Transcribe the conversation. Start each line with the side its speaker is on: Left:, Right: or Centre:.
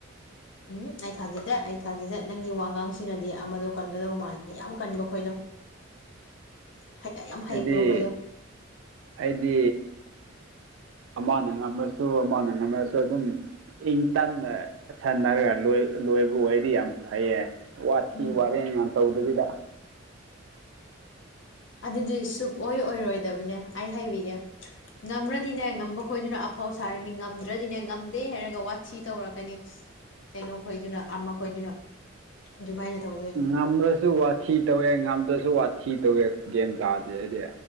Left: ꯎꯝ ꯑꯩ ꯊꯥꯖꯗꯦ ꯑꯩ ꯊꯥꯖꯗꯦ ꯅꯪꯒꯤ ꯋꯥꯉꯥꯡꯁꯤꯅꯗꯤ ꯑꯃꯗꯣ ꯀꯟꯒꯗꯧ ꯃꯥꯜꯂꯦ ꯌꯥꯝ ꯀꯟꯕ ꯈꯣꯏꯗꯣ <unintelligible> ꯍꯩꯕ
Right: ꯍꯥꯏꯗꯤ
Left: ꯈꯣꯏꯗꯣ
Right: ꯍꯥꯏꯗꯤ ꯑꯃꯅ ꯉꯝꯃꯁꯨ ꯑꯃꯅ ꯉꯝꯃꯁꯨ ꯑꯗꯨꯝ ꯏꯪ ꯇꯞꯅ ꯁꯟꯅꯔꯒ ꯂꯣꯏꯕ ꯑꯣꯏꯔꯗꯤ ꯌꯥꯝ ꯐꯩꯌꯦ ꯋꯥꯊꯤ
Left: ꯎꯝ
Right: ꯋꯥꯔꯦꯝ ꯌꯥꯝ ꯇꯧꯗꯕꯤꯗ
Left: ꯑꯗꯨꯗꯤ ꯁꯨꯛꯑꯣꯏ ꯑꯣꯏꯔꯣꯏꯗꯕꯅꯦ ꯑꯩ ꯍꯥꯏꯕꯤꯒꯦ ꯉꯝ꯭ꯔꯗꯤꯅꯦ ꯉꯝꯕ ꯈꯣꯏꯗꯨꯅ ꯑꯐꯧ ꯁꯥꯔꯅꯤ ꯉꯝꯗ꯭ꯔꯗꯤꯅꯦ ꯉꯝꯗꯦ ꯍꯥꯏꯔꯒ ꯋꯥꯊꯤ ꯇꯧꯔꯛꯀꯅꯤ ꯀꯩꯅꯣ ꯈꯣꯏꯗꯨꯅ ꯑꯃ ꯈꯣꯏꯗꯨꯅ ꯑꯗꯨꯃꯥꯏꯅ ꯇꯧꯗꯣꯏ
Right: ꯉꯝꯂꯁꯨ ꯋꯥꯊꯤ ꯇꯧꯋꯦ ꯉꯝꯗ꯭ꯔꯁꯨ ꯋꯥꯊꯤ ꯇꯧꯋꯦ ꯒꯦꯝ ꯇꯥꯗꯦ ꯑꯩꯗꯤ